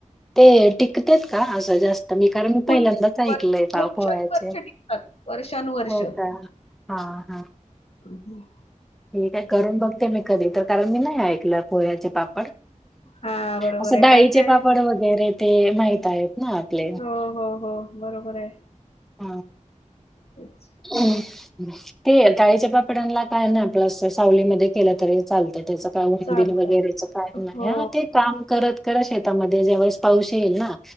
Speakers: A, in the centre; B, on the left (about 50°).
A: ते टिकट्यात का असं जास्त मी कारण, मी पहिल्यांदाच
B: वर्षानुवर्ष
A: ऐकलंय बा पोह्याचे
B: टिकतात वर्षानुवर्ष.
A: हो का हा हा.
B: हम.
A: ठीक आहे करून बघते मी कधी तर, कारण मी नाही ऐकलं पोह्याचे पापड.
B: हा बरोबर
A: असं
B: आहे
A: डाळीचे
B: काय काय
A: पापड वगैरे ते माहित आहेत, ना आपले
B: हो हो हो, बरोबर आहे.
A: <inaudible>
B: तेच
A: हम ते डाळीच्या पापडांना काय नाही आपलं, सावली मध्ये केलं तरी चालत. त्याच काय ऊन
B: चालतात
A: बिन वगैरेच काय नाही,
B: हो
A: हा ते काम करत करत शेतामध्ये ज्यावेळेस पाऊस येईल ना,